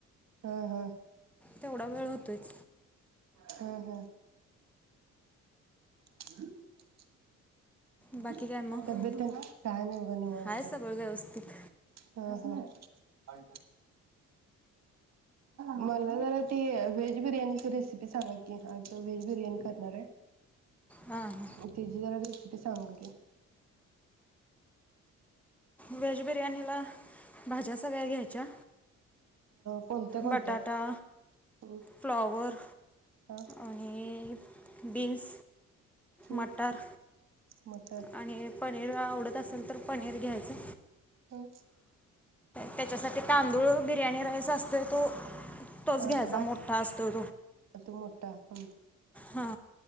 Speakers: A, on the right (about 60°); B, in the centre.
A: हं हं.
B: तेवढा वेळ होतोयच.
A: ह ह <inaudible>
B: बाकी
A: काय
B: मग
A: तबेततेन काय नाही बा निवांत.
B: आहे सगळं व्यवस्थित
A: ह ह मला जरा ते व्हेज बिर्याणीची रेसिपी सांगा की आज व्हेज बिर्याणी करणार हाय.
B: हां हां
A: तेजी जरा रे सीपी सांगा की?
B: व्हेज बिर्याणीला भाज्या सगळ्या घ्यायच्या.
A: कोणत्या कोणत्या
B: बटाटा,
A: हम्म
B: फ्लॉवर,
A: हा
B: आणि बिन्स,
A: हम्म
B: मटार.
A: मटर
B: आणि पनीर आवडत असेल तर पनीर घ्यायचं.
A: हम्म.
B: त्याच्यासाठी तांदूळ बिर्याणी राईस असतोय तो तोच
A: हा
B: घ्यायचा
A: ते बास
B: मोठा असतो
A: त मोठा हम
B: हा.